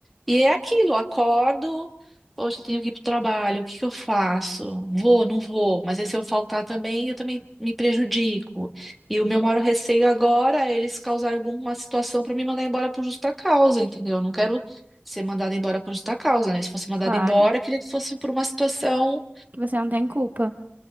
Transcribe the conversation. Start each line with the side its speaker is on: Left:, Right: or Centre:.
Centre: E é aquilo, acordo, poxa, eu tenho que ir pro trabalho, o que que eu faço? Vou, não vou, mas aí se eu faltar também, eu também me prejudico. E o meu maior receio agora é eles causarem alguma situação para me mandar embora por justa causa, entendeu? Eu não quero ser mandada embora por justa causa, né? Se fosse mandada
Right: claro.
Centre: embora, eu queria que fosse por uma situação
Right: Que você não tem culpa.